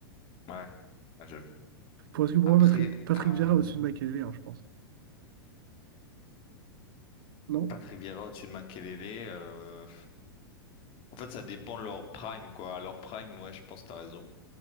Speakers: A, on the left; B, on the right.
A: Ouais, Ouais, j'avoue.
B: Pour, parce que pour
A: Après,
B: moi, Patrick, Patrick
A: ah,
B: Vieira au-dessus de Makelele, hein, je pense. Non?
A: Patrick Vieira au-dessus de Makelele. euh, En fait, ça dépend de leur prime, quoi. À leur prime, ouais, je pense que t'as raison.